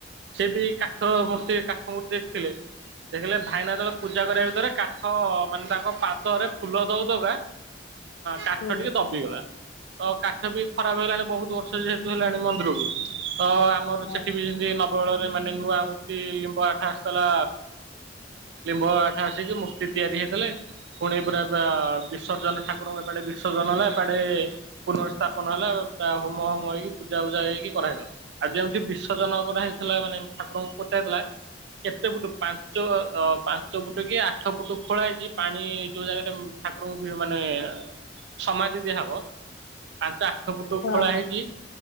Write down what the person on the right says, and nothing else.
ସେ ବି କା କାଠ ମୂର୍ତ୍ତି କାଠ ମୂର୍ତ୍ତି ଥିଲେ ଦେଖିଲେ ଭାଇନା ପୂଜା କରିବା ଭିତରେ କାଠ ମାନେ ତାଙ୍କ ପାଦରେ ଫୁଲ ଦଉ ଦବା କାଠ
ଟିକେ ଦବିଗଲା। ତ କାଠ ବି ଖରାପ ହେଇଗଲାଣି ବୋହୁତ ବର୍ଷ ଯେହେତୁ ହେଲାଣି ମନ୍ଦିରକୁ। ତ ଆମର
ସେଠି ବି ଯେମିତି ନବକଳେବର ମାନେ ନୂଆ ମୂର୍ତ୍ତି ଲିମ୍ବ ଆ ତାଲା ଲିମ୍ବ କାଠ ଆସିଛି ମୂର୍ତ୍ତି ତିଆରି ହେ ପୁଣି ପୁରା ବିସର୍ଜନ ଠାକୁରଙ୍କ ଏପଟେ ବିସର୍ଜନ ହେଲେ ଡେ ପୁନର୍ ସ୍ଥାପନ ହେଲା ପୁରା ହୋମ ହୋମ ହେଇକି ପୂଜା ଉଜା ହେଇକି କରାହଲା ଆଉ ଯେଉଠ ବିର୍ଷଜନ କରାଯାଇଥିଲା ମାନେ ଠାରଙ୍କୁ କେତେ ଫୁଟୁ ପାଞ୍ଚ ପାଞ୍ଚ ଫୁଟ କି ଆଠ ଫୁଟ ଖୋଳା ହେଇ ପାଣି ଯୋଉ ଜାଗାାରେ ଠାକୁରଙ୍କୁ ବି ମାନେ ସମୟ ଦିଦି ହବ ପାଞ୍ଚ ଆଠ ଫୁଟ
ଖୋଳା ହେଇଚି।